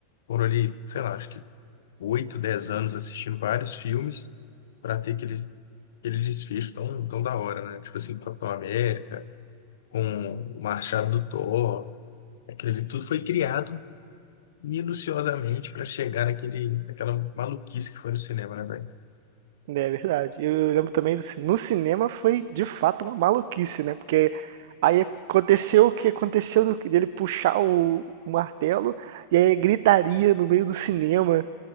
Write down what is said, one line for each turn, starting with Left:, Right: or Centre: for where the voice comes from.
Left: foram ali, sei lá, acho que oito, dez anos assistindo vários filmes para ter aquele, aquele desfecho tão, tão da hora, né? Tipo assim, Capitão América, com o Machado do Thor, aquilo ali tudo foi criado minuciosamente para chegar naquele, naquela maluquice que foi no cinema, né, velho?
Right: Né, é verdade. Eu, eu lembro também, do, ci- no cinema foi de fato uma maluquice, né? Porque aí aconteceu o que aconteceu do- dele puxar o, o martelo e aí gritaria no meio do cinema.